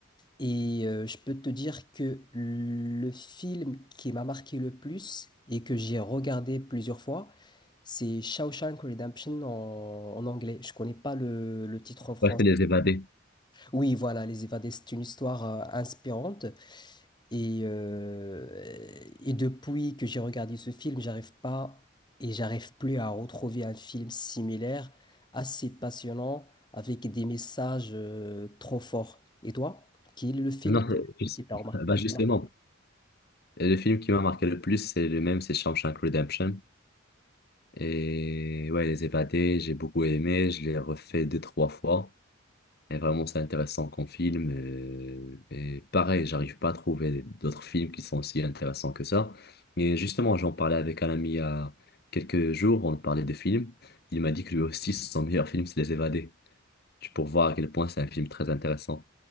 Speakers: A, on the left; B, on the left.
A: et euh, je peux te dire que le film qui m'a marqué le plus et que j'ai regardé plusieurs fois, c'est Shawshank Redemption en, en anglais. Je connais pas le, le titre en français.
B: Ouais, c'est Les Évadés.
A: Oui, voilà, Les Évadés, c'est une histoire euh, inspirante. Et, euh, et depuis que j'ai regardé ce film, j'arrive pas et j'arrive plus à retrouver un film similaire, assez passionnant, avec des messages euh, trop forts. Et toi, quel est le film
B: Non, c'est- juste-
A: qui t'a
B: <laughs>
A: remarqué,
B: bah
A: qui
B: justement,
A: t'a marqué?
B: le film qui m'a marqué le plus, c'est le même, c'est Shawshank Redemption. Et ouais, Les Évadés, j'ai beaucoup aimé, je l'ai refait deux, trois fois. Et vraiment, c'est intéressant comme film. euh, Et, pareil, j'arrive pas à trouver d'autres films qui sont aussi intéressants que ça. Et justement, j'en parlais avec un ami il y a quelques jours, on parlait de films. Il m'a dit que lui aussi, <laughs> son meilleur film, c'est Les Évadés. Tu peux voir à quel point c'est un film très intéressant.